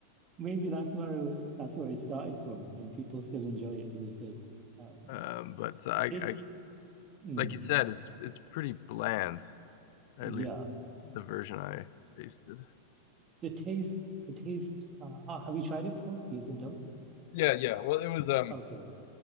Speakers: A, on the right (about 25°); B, on the left (about 50°).
A: maybe that's where it was, that's where it started from, and people still enjoy it to this day. Um,
B: Um, but so I,
A: it,
B: I,
A: mm,
B: like you said, it's it's pretty bland, at
A: yeah,
B: least the version I tasted.
A: the taste, the taste. Uh, ah, have you tried it before? Beans and toast?
B: Yeah, yeah. Well, it was um.
A: Okay,